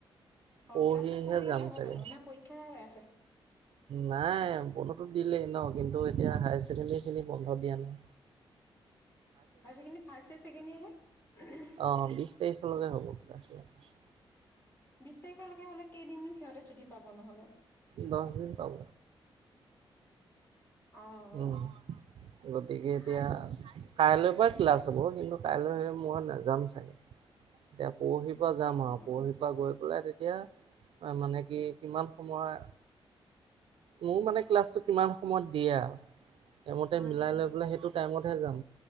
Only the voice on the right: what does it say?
পৰহিহে
যাম
চাগে
নাই বন্ধটো দিলেই ন কিন্তু এতিয়া হায়াৰ ছেকেণ্ডৰী খিনি বন্ধ দিয়া নাই
অ বিশ তাৰিখলৈকে হ'ব ক্লাছ-
দছ দিন পাব
উম
গতিকে এতিয়া
কাইলে পা ক্লাছ হব কিন্তু কাইলে মই নাযাম চাগে এতিয়া পৰহিৰ পৰা যাম
আৰু পৰহিৰ
পৰা গৈ পেলাই তে এতিয়া মানে কি কিমান সময় মোৰ মানে ক্লাছটো কিমান সময়ত দিয়ে আও সেইমতে মিলাই
লৈ পেলাই সেইটো টাইমতহে যাম।